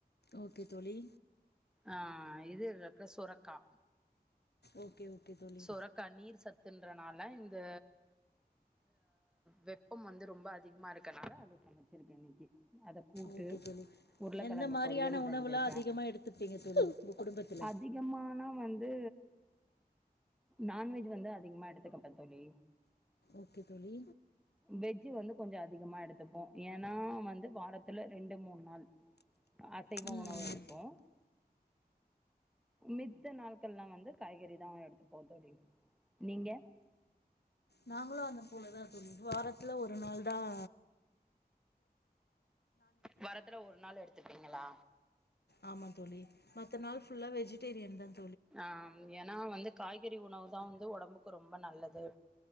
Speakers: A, on the left; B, in the centre.
A: ஓகே தோழி
B: ஆஹ் இது இருக்கு சுரக்கா
A: ஓகே ஓகே தோழி
B: சுரக்கா நீர் சத்து தின்றனால இந் த வெப்பம் வந்து ரொம்ப அதிகமா இருக்கனால அது சமைச்சிருக்கேன் இன்னைக்கு அத கூட்டு
A: ஓகே தோழி
B: உருளக்கிழங்கு
A: எந்த மாரியான
B: பொரியல் செஞ்சிருக்கேன்
A: உணவுலா அதிகமா எடுத்துப்பீங்க தோழி உங்க குடும்பத்துல
B: அதிகமானா வந்து நான்வெஜ் வந்து அதிகமா எடுத்துக்கமாட்டேன் தோழி
A: ஓகே தோழி
B: வெஜ் கொஞ்சோ அதிகமா எடுத்துப்போம் ஏன்னா வந் து வாரத்துல ரெண்டு மூணு நாள் அசைவ
A: ம்
B: உணவு
A: ம்
B: எடுப்போம் மி நாங் எல்லாம் வந்து காய்கறி தான் எடுத்துப்போம் தோழி நீங்க?
A: நாங்களும் அத போலதான் தோழி வாரத் துல ஒரு நாள் தான்
B: வாரத்துல ஒரு நாள் எடுத்துப்பீங்களா
A: ஆமா தோழி மத்த நாள் ஃபுல்லா வெஜிடேரியன் தான்
B: ஆஹ் என் ஆனா வந்து காய்கறி உணவு தான் வந்து ஒடம்புக்கு ரொம்ப நல்லது